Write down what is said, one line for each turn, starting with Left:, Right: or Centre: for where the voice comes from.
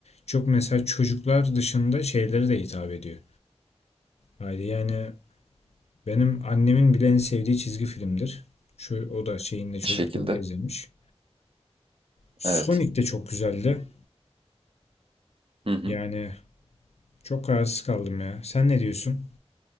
Left: Çok mesela çocuklar dışında şeylere de hitap ediyor. Haydi yani benim annemin bile en sevdiği çizgi filmdir. Şu o da şeyinde çocukluğunda
Right: Şekilde.
Left: izlemiş. Sonic
Right: Evet.
Left: de çok güzeldi.
Right: Hı hı.
Left: Yani çok kararsız kaldım ya. Sen ne diyorsun?